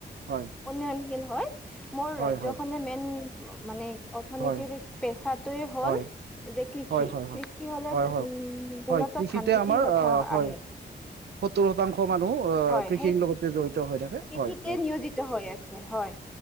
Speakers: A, on the right; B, in the centre.
A: হয়
B: উন্নয়নশীল হয়। মোৰ
A: হয়
B: ৰাজ্যখনে
A: হয়
B: মেইন মানে অৰ্থনীতিৰ
A: হয়
B: পেচাত টোৱে হ'ল
A: হয়
B: যে কৃষি,
A: হয় হয় হয় হয়
B: কৃষি হ'লে
A: হয় হয়
B: উম
A: হয় হয়
B: মূলতঃ
A: কৃষিতে
B: ধান খেতিৰ
A: আমাৰ
B: কথা
A: আহ হয়
B: আহে।
A: সত্তৰ শতাংশ মানুহ আহ
B: হয়
A: কৃষিৰ
B: সেই
A: লগতে জড়িত। হৈ থাকে
B: কৃষিতে
A: হয় হয়
B: নিয়োজিত হৈ আছে, হয়।